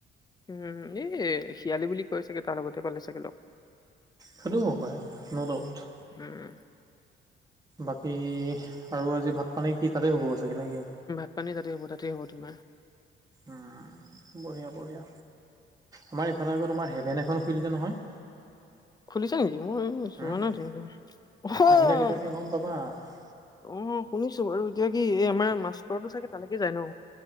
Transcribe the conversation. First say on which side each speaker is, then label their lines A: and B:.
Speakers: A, on the left; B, on the right.
A: উম, এই শিয়ালি বুলি কয় চাগে, তাৰ লগতে পালে চাগে ল'গ।
B: সেইটোও হ'ব পাৰে ন' ডাউট।
A: উম,
B: বাকী আৰু আজি ভাত পানী কি তাতে হ'বগৈ চাগে, নে কি?
A: <unintelligible> পানি তাতে হ'ব তাতে হ'ব তোমাৰ।
B: উম, বঢ়িয়া বঢ়িয়া, আমাৰ এইফালে আকৌ তোমাৰ হেভেন এখন খুলিলে নহয়।
A: খুলিছো নেকি মই যোৱা
B: উম,
A: নাই তেনেকে আহ।
B: আহিলে <unintelligible>
A: অ', শুনিছো বাৰু, এতিয়া কি এই আমাৰ মাষ্টৰটো চাগে তালৈকে যায় ন?